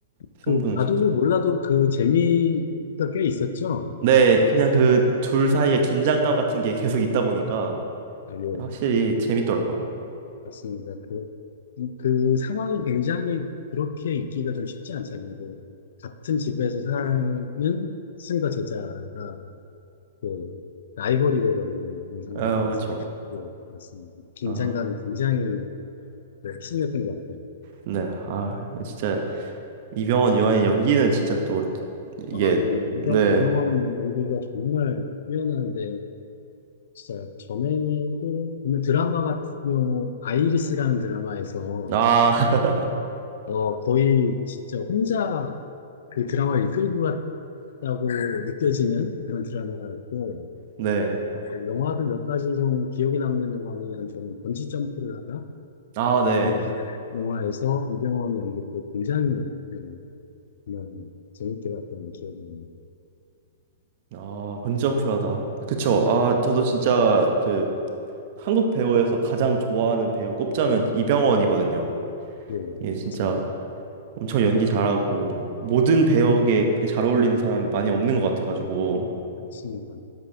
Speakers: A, on the right; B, on the left.
A: 승부는
B: 그 바둑을
A: 진짜.
B: 몰라도 그 재미가 꽤 있었죠.
A: 네, 그냥 그 둘 사이의 긴장감 같은 게 계속 있다 보니까
B: 아니요,
A: 확실히 재밌더라고요.
B: 맞습니다. 그, 그 상황이 굉장히 그렇게 있기가 좀 쉽지 않잖아요. 그 같은 집에서 사는 스승과 제자가 그 라이벌이 돼버리는 그런 상황이라서
A: 아, 그렇죠.
B: 네, 맞습니다. 긴장감이
A: 아,
B: 굉장히 네, 심했던 것 같아요.
A: 네. 아, 이거 진짜 이병헌 이완의 연기는 진짜 또 이게
B: 아, 예.
A: 네.
B: 이병헌 연기가 정말 뛰어난데 진짜 전에도 보면 드라마 같은 경우 아이리스라는 드라마에서
A: 아, <laughs>
B: 어 거의 진짜 혼자 그 드라마를 이끌고 갔다고 느껴지는 그런 드라마였고
A: 네.
B: 어 영화도 몇 가지 좀 기억에 남는 영화는 저는 번지 점프를 하다라는
A: 아, 네.
B: 영화- 영화에서 이병헌 연기도 굉장히 네, 정말 재밌게 봤던 기억이 나요.
A: 아, 번지점프라다. 그쵸. 아, 저도 진짜 그 한국 배우에서 가장 좋아하는 배우 꼽자면 이병헌이거든요.
B: 예,
A: 예, 진짜
B: 지금
A: 엄청 연기
B: 뭐
A: 잘하고 모든 배역에 그렇게 잘 어울리는 사람이 많이 없는 것 같아가지고.
B: 모르겠습니다.